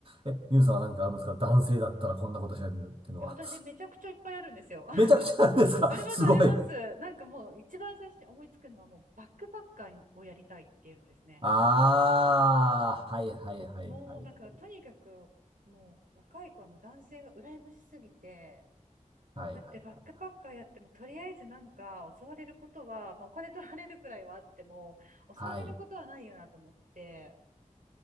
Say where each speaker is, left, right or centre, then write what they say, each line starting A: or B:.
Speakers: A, on the right; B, on the right.
A: え、ミュウさんは何かあるんですか男性だったらこんなことしゃべるっていうのは。
B: いや、私めちゃくちゃいっぱいあるんですよ。
A: <laughs>
B: <laughs>
A: めちゃくちゃなんですかすごい。
B: あります、あります。なんかもう一番最初に思いつくのはもうバックパッカーをやりたいっていうのですね。
A: あー、はいはいはいはいはい。
B: もうなんかとにかくもう若い子はもう男性が羨ましすぎて、
A: はいはいはい。
B: だってバックパッカーやってもとりあえずなんか襲われることは、まあ、お金取られるくらいはあっても襲われることはないよなと思って
A: はい。